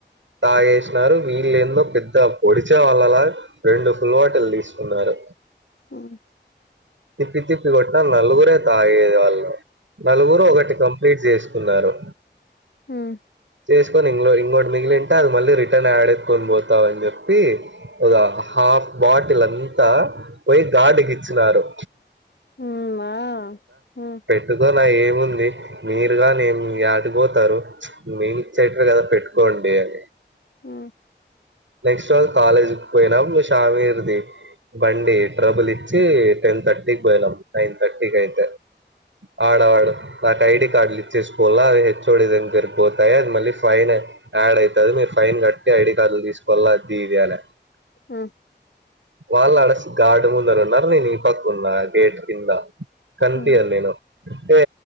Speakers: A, on the right (about 80°); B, on the left (about 65°).
A: తాగేసినారు వీళ్ళు ఏందో పెద్ద పొడిచేవాళ్ళలా రెండు ఫుల్ వాటిల్ తీసుకున్నారు
B: హు
A: తిప్పి తిప్పి కొట్టన నలుగురే తాగేది వాళ్ళు నలుగురు ఒకటి కంప్లీట్ చేసుకున్నారు
B: హ్మ్
A: చేసుకొని ఇంగ్లో ఇంకోటి మిగిలింటే అది మళ్ళీ రిటర్న్ యాడ్ ఎయికొని పోతా అని చెప్పి ఒక హాఫ్ బాటిల్ అంతా పోయి గార్డ్ కిచ్చినారు
B: హుమ్మా హు
A: పెట్టుకో నా ఏముంది మీరుగానేమి యాడిపో మీనే చెటర్ కదా పెట్టుకోండి అని
B: హు
A: నెక్స్ట్ రోజు కాలేజ్ కి పోయినాం షామ్ ఇరుది బండి ట్రబుల్ ఇచ్చి టెన్ థర్టీకి పోయిలాం నైన్ థర్టీకి అయితే ఆడ్ ఆడ్ వాటి ఐడి కార్డ్లు ఇచ్చేసుకొల్ల అవి హెచ్ ఓ డి దన్ పెరి పోతాయి అది మళ్ళీ ఫైన్ యాడ్ అయితది మీరు ఫైన్ కట్టి ఐడి కార్డులు తీసుకోవాల అది ఇది అన
B: హ్
A: వాళ్ళు అడసి గాడ్ ముందర ఉన్నారు. నేను ఈ పక్క ఉన్నా గేట్ కింద. కనీపీయను
B: మా
A: నేను అంటే